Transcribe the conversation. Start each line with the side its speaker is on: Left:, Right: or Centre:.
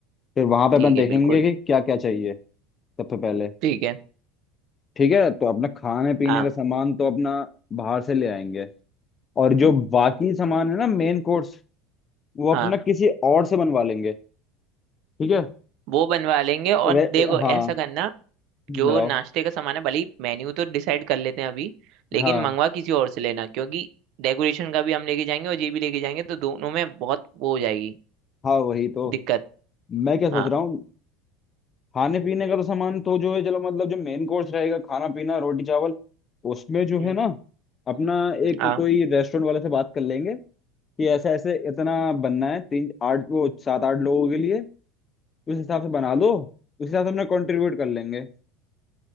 Left: फिर वहां पे
Right: ठीक
Left: अपन देखेंगे
Right: है बिल्कुल
Left: कि क्या क्या चाहिए सबसे पहले
Right: ठीक है
Left: ठीक है तो अपना खाने पीने
Right: हाँ
Left: का सामान तो अपना बाहर से ले आएंगे और जो बाकी सामान है ना मेन कोर्स वो
Right: हाँ
Left: अपना किसी और से बनवा लेंगे ठीक है
Right: वो बनवा लेंगे और
Left: वे,
Right: देखो
Left: हाँ
Right: ऐसा करना
Left: बताओ
Right: जो नाश्ते का सामान है भले ही मेन्यू तो डिसाइड कर लेते हैं अभी लेकिन
Left: हाँ
Right: मंगवा किसी और से लेना क्योंकि डेकोरेशन का भी हम लेके जाएंगे और ये भी लेके जाएंगे तो दोनों में बहुत वो हो जाएगी
Left: हाँ वही तो
Right: दिक्कत
Left: मैं क्या सोच
Right: हाँ
Left: रहा हूँ खाने पीने का तो सामान तो जो है चलो मतलब जो मेन कोर्स रहेगा खाना पीना रोटी चावल उसमें जो
Right: हम्म,
Left: है ना अपना एक
Right: हाँ
Left: कोई रेस्टोरेंट वाले से बात कर लेंगे कि ऐसे ऐसे इतना बनना है तीन आठ वो सात आठ लोगों के लिए उस हिसाब से बना लो उस हिसाब से अपना कंट्रीब्यूट कर लेंगे